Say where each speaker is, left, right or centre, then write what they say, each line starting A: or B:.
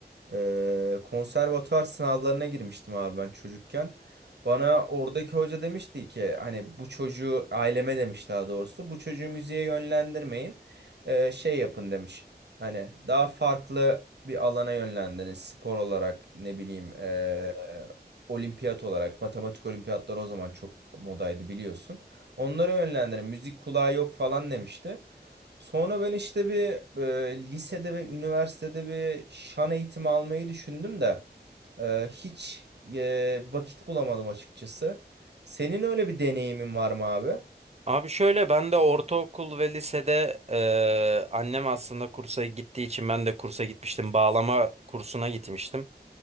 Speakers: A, on the right (about 80°); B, on the right (about 40°).
A: Ee, konservatuvar sınavlarına girmiştim abi ben çocukken. Bana oradaki hoca demişti ki hani bu çocuğu aileme demiş daha doğrusu bu çocuğu müziğe yönlendirmeyin Ee, şey yapın demiş. Hani daha farklı bir alana yönlendirin spor olarak ne bileyim ee, olimpiyat olarak matematik olimpiyatları o zaman çok modaydı biliyorsun. Onlara yönlendirin müzik kulağı yok falan demişti. Sonra ben işte bir e, lisede ve üniversitede bir şan eğitimi almayı düşündüm de e, hiç e, vakit bulamadım açıkçası. Senin öyle bir deneyimin var mı abi?
B: Abi şöyle ben de ortaokul ve lisede eee, annem aslında kursa gittiği için ben de kursa gitmiştim. Bağlama kursuna gitmiştim.